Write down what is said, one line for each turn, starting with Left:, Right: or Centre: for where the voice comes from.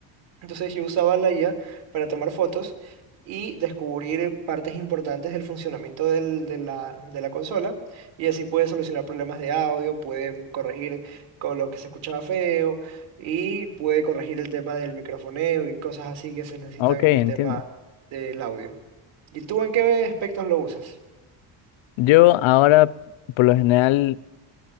Right: Entonces yo usaba la IA para tomar fotos y descubrir partes importantes del funcionamiento del- de la, de la consola y así puede solucionar problemas de audio, puede corregir con lo que se escuchaba feo y puede corregir el tema del microfoneo y cosas así que se necesitan
Left: Ok,
Right: en
Left: entiendo.
Right: el tema del audio. ¿Y tú en qué aspectos lo usas?
Left: Yo ahora, por lo general,